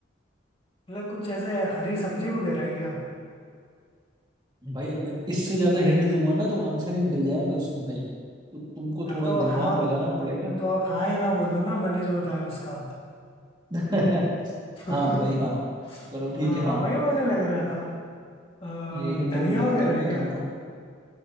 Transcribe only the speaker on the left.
मतलब कुछ ऐसे हरी सब्जी वगैरह है क्या
अरे
तो
हाँ
तो आप हाँ या ना बोल दो ना मैंने जो बताया उसका
<laughs>
हाँ
वही मुझे लग रहा था अ,
धनिया
वगैरह
है
क्या